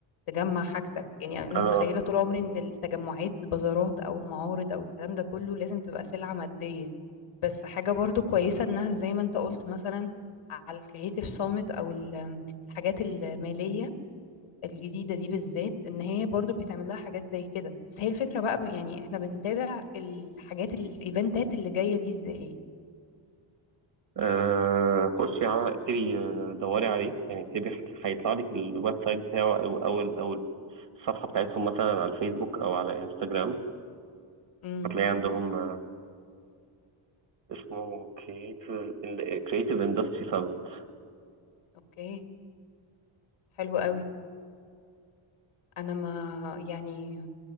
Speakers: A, on the left; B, on the right.
A: تجمع حاجتك يعني انا
B: اه
A: متخيلة طول عمري ان التجمعات البازارات او المعارض او الكلام ده كله لازم تبقى سلعة مادية بس حاجة برضو كويسة انها زي ما انت قلت مثلا على الكرييتيف سامت او ال- الحاجات المالية الجديدة دي بالذات ان هي برضو بيتعمل لها حاجات زي كده بس هي الفكرة بقى ب- يعني احنا بنتابع الحاجات ال- الايفنتات اللي جاية دي ازاي
B: آه، خشي على اكتبي آه، دوري عليه يعني اكتبي هيطلع لك الويب سايت بتاعه او او او الصفحه بتاعتهم مثلا على الفيسبوك او على انستجرام
A: امم
B: هتلاقي عندهم اسمه كريتيف كريتيف اندستري سامت
A: اوكي حلو قوي انا ما يعني